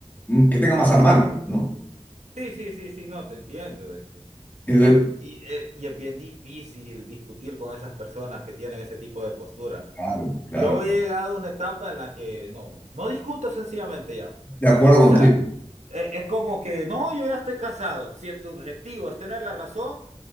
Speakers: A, on the left; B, on the right.
A: que tenga más a la mano, ¿no?
B: Sí, sí, sí, sí, no, te entiendo. Es que,
A: Entonces,
B: es que- y, eh, y es bien difícil discutir con esas personas que tienen ese tipo de postura.
A: claro, claro.
B: Yo he llegado a una etapa en la que no, no discuto sencillamente ya.
A: De acuerdo contigo.
B: O sea, e- es como que no, yo ya estoy cansado. Si tu objetivo es tener la razón,